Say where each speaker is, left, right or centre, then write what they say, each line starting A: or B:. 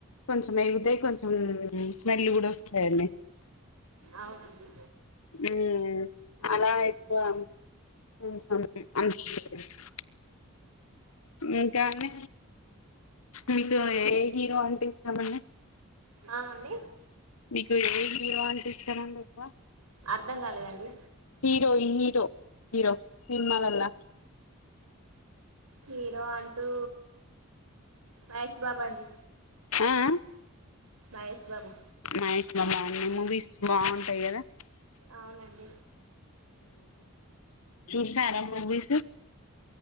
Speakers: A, on the left; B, on the right.
A: కొంచెం ఏగుతాయి, కొంచెం స్మెల్ గుడా ఓస్తాయండి.
B: అవునండి
A: ఉమ్మ్ అలా ఎక్కువ <unintelligible> ఇంకా అండి మీకు ఏ హీరో అంటే ఇష్టమండి.
B: ఆ అండి
A: మీకు ఏ హీరో అంటే ఇష్టమండి ఎక్కువ.
B: అర్ధంగాలేదండి.
A: హీరో హీరో హీరో సినిమాలల్లా
B: హీరో అంటూ మహేష్ బాబు అండి
A: ఆఆ
B: మహేష్ బాబు
A: మహేష్ బాబు మూవీస్ బాగుంటాయి కదా
B: అవునండి
A: చూసారా మూవీసు